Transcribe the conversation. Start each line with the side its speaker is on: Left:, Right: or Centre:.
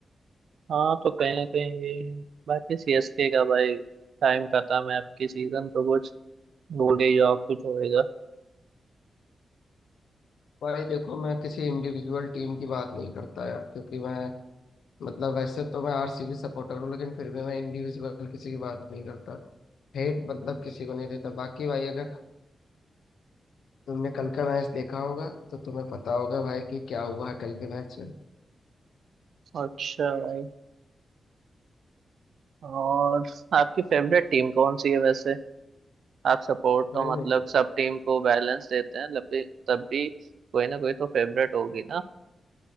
Right: हाँ तो कहीं ना कहीं ये बाकी सीएसके का भाई टाइम खत्म है अब की सीजन तो कुछ भूल ही जाओ कुछ होएगा
Left: भाई देखो मैं किसी इंडिविजुअल टीम की बात नहीं करता यार क्योंकि मैं मतलब वैसे तो मैं आरसीबी सपोर्टर हूँ लेकिन फिर भी मैं इंडिविजुअल किसी की बात नहीं करता हेट मतलब किसी को नहीं देता बाकी भाई अगर तुमने कल का मैच देखा होगा तो तुम्हें पता होगा भाई कि क्या हुआ है कल के मैच में
Right: अच्छा भाई और आपकी फेवरेट टीम कौन सी है वैसे आप सपोर्ट तो
Left: भाई मेरी
Right: मतलब सब टीम को बैलेंस देते हैं तब भी तब भी कोई ना कोई तो फेवरेट होगी ना